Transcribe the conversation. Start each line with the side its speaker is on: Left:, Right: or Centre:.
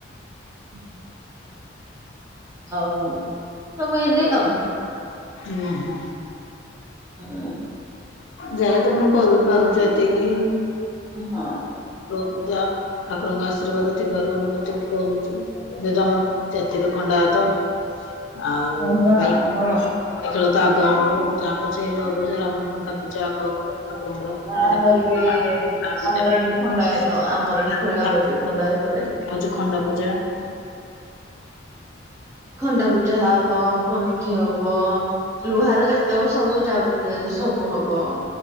Right: ହୁଁ। ଆଉ ସବୁ ଏନ୍ତି ଆଉ।
Left: ଉହୁ।
Right: ହୁଁ।
Left: ଯାହା ତମର କରପାରୁଛ ଏତିକି
Right: ହଁ।
Left: ପୂ ଯା ଠାକୁରଙ୍କ ଆଶୀର୍ବାଦ ଥିବାରୁ ଆମର ଯେତିକି କରୁଛୁ ଯଦି ଆମର ଜାତିର ଖଣ୍ଡା ହେତ
Right: ହଁ।
Left: ଆଉ
Right: ବା
Left: ବାଇକ୍
Right: ଆମର
Left: ଆମ ବ ଖେଳ ତ ଆଗ ଆମର ଯାହା ପଛେ ଅବରେ ଆମର ଖଣ୍ଡା ପୂଜା କବ ଠାକୁରଙ୍କର
Right: ହଁ
Left: ଜେନ୍ତୀ
Right: ଆମର ବି
Left: ଆମର ଗାଁ ପୂଜା
Right: ଆମର ବି ଖଣ୍ଡାୟତ
Left: <unintelligible>
Right: ଆମର ବି ଖେଳା ହଉଛି ଖଣ୍ଡାୟତରେ।
Left: ହଉଛି ଖଣ୍ଡ ପୂଜା
Right: ଖଣ୍ଡା ପୂଜା ହବ ପନିକି ହବ ଲୁହାର ଯ ତ ସବୁ ଯାବତୀୟ ଜିନିଷ ସବୁ ହବ।